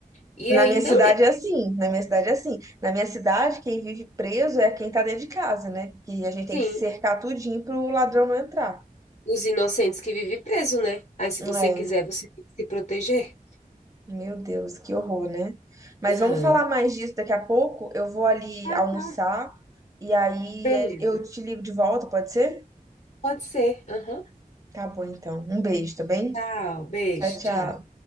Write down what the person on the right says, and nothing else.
na
minha cidade é assim. Na minha cidade é assim. Na minha cidade, quem vive preso é quem tá dentro de casa, né? Que a gente tem
que cercar tudinho pro ladrão não entrar.
É,
Meu Deus, que horror, né? Mas
vamos falar mais disso daqui a pouco. Eu vou ali
almoçar
e aí
eh, eu te ligo de volta, pode ser?
Tá bom, então. Um beijo, tá bem?
Tchau, tchau.